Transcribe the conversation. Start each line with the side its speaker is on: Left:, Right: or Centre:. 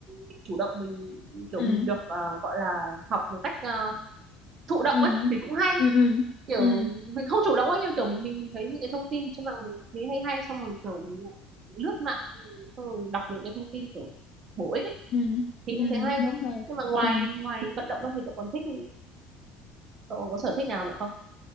Right: mình chủ động mình kiểu
Left: ừ
Right: mình được ờ, gọi là học một cách ờ, thụ động
Left: ừ
Right: ấy thì cũng hay
Left: ừ ừ
Right: kiểu
Left: ừ
Right: mình không chủ động ấy nhưng kiểu mình mình mình thấy những cái thông tin trên mạng mình thấy hay hay xong rồi kiểu mình lại lướt mạng xong rồi đọc những cái thông tin kiểu bổ ích ấy,
Left: ừ
Right: thì
Left: ừ
Right: cũng thấy hay
Left: đúng rồi
Right: nhưng mà ngoài
Left: ừ
Right: ngoài vận động ra thì cậu còn thích cậu còn có sở thích nào nữa không